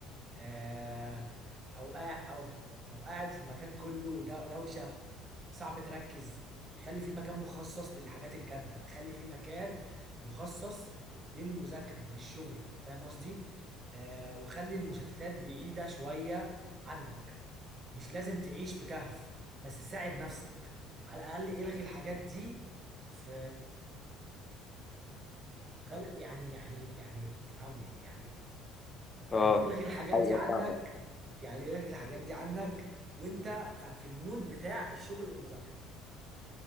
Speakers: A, on the right; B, on the left.
A: آه او قاعد او او قاعد في مكان كله دو- دوشه صعب تركز خلي في مكان مخصص للحاجات الجاده خلي في مكان مخصص للمذاكره للشغل فاهم قصدي آه وخلي المشتتات بعيده شويه عنك مش لازم تعيش في كهف بس ساعد نفسك على الاقل الغي الحاجات دي في خل يعني يعني يعني افهمني يعني يعني
B: اه
A: الغي الحاجات
B: ايوه
A: دي عنك
B: فاهمك
A: يعني الغي الحاجات دي عنك وانت ف- في المود بتاع الشغل والمذاكره